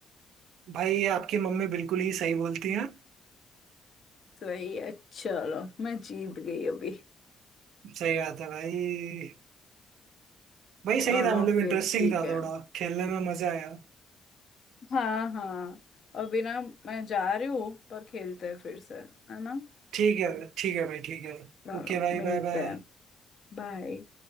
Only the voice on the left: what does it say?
सही है चलो मैं जीत गई अभी
चलो
फिर
ठीक
है
हाँ हाँ अभी ना मैं जा रही हूँ पर खेलते हैं फिर से है ना
चलो
मिलते
हैं बाय